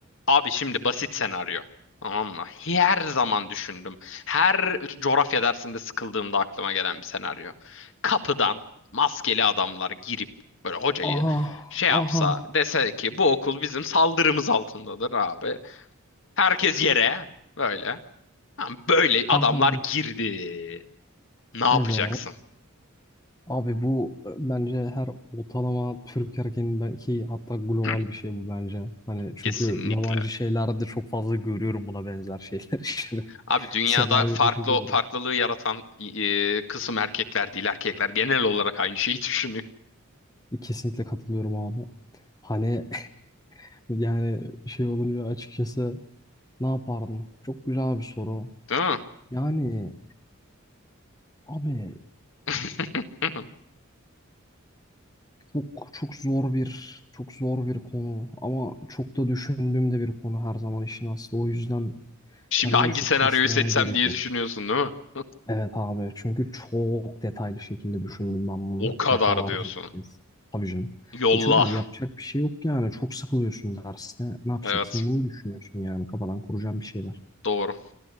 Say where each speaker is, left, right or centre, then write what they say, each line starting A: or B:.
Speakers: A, on the left; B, on the left.
A: Abi şimdi basit senaryo. Tamam mı? Her zaman düşündüm. Her coğrafya dersinde sıkıldığımda aklıma gelen bir senaryo. Kapıdan maskeli adamlar girip böyle hocayı
B: Aha,
A: şey yapsa
B: aha,
A: dese ki bu okul bizim saldırımız altındadır abi. Herkes yere böyle. Ha, Böyle adamlar
B: aha.
A: girdi. Ne yapacaksın?
B: Evet. Abi bu e, bence her ortalama Türk erkeğinin belki hatta global
A: <clears throat>
B: bir şey bu bence. Hani çünkü
A: Kesinlikle.
B: yabancı şeylerde çok fazla görüyorum buna benzer şeyler <laughs> işte.
A: Abi dünyada
B: Senaryo
A: farklı
B: düşünceleri.
A: farklılığı yaratan e, kısım erkekler değil. Erkekler genel olarak aynı şeyi <laughs> düşünüyor.
B: Kesinlikle katılıyorum abi. Hani <laughs> yani şey olunca açıkçası Ne yapardım? Çok güzel bir soru.
A: Değil mi?
B: Yani abi
A: <laughs>
B: çok çok zor bir çok zor bir konu ama çok da düşündüğüm de bir konu her zaman işin aslı. O yüzden
A: Şimdi
B: kendimi
A: hangi
B: çok
A: senaryoyu
B: kastırmama
A: seçsem
B: gerek
A: diye
B: yok.
A: düşünüyorsun değil mi? <laughs>
B: Evet abi çünkü çok detaylı şekilde düşündüm ben bunu
A: O kadar
B: defalarca
A: diyorsun.
B: kez. Tabii canım.
A: Yolla.
B: E çünkü abi yapacak bir şey yok yani. Çok sıkılıyorsun derste. Ne yapacaksın?
A: Evet.
B: Bunu düşünüyorsun yani. Kafadan kuracağım bir şeyler.
A: Doğru.